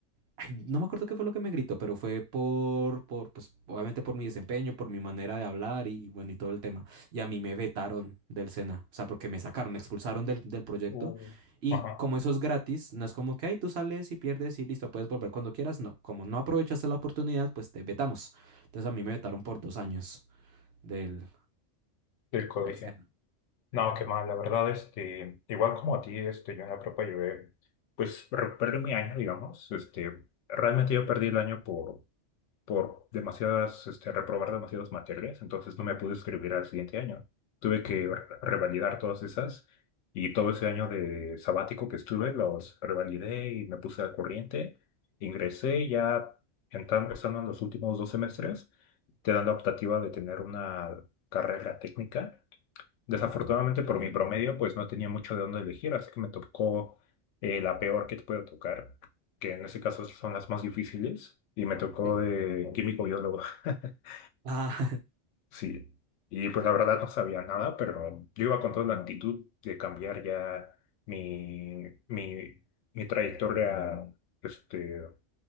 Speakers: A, on the right (about 65°); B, on the left (about 80°).
A: Ay, no me acuerdo qué fue lo que me gritó, pero fue por, por, pues, obviamente por mi desempeño, por mi manera de hablar y bueno, y todo el tema. Y a mí me vetaron del SENA, o sea, porque me sacaron, me expulsaron del, del proyecto.
B: Uh,
A: Y
B: Ajá.
A: como eso es gratis, no es como que, ay, tú sales y pierdes y listo, puedes volver cuando quieras. No, como no aprovechaste la oportunidad, pues te vetamos. Entonces a mí me vetaron por dos años del,
B: Del colegio.
A: del SENA.
B: No, qué mal, la verdad, este, igual como a ti, este, yo en la prepa llevé, pues re- perdí mi año, digamos, este, realmente yo perdí el año por, por demasiadas, este, reprobar demasiadas materias, entonces no me pude escribir al siguiente año. Tuve que re- revalidar todas esas y todo ese año de sabático que estuve, los revalidé y me puse al corriente, ingresé y ya entrando- estando en los últimos dos semestres, te dan la optativa de tener una carrera técnica Desafortunadamente por mi promedio, pues no tenía mucho de dónde elegir, así que me tocó eh, la peor que te puede tocar, que en ese caso son las más difíciles, y me tocó
A: Sí.
B: de químico biólogo. <laughs>
A: Ah,
B: Sí. Y pues la verdad no sabía nada, pero yo iba con toda la actitud de cambiar ya mi, mi, mi trayectoria, este,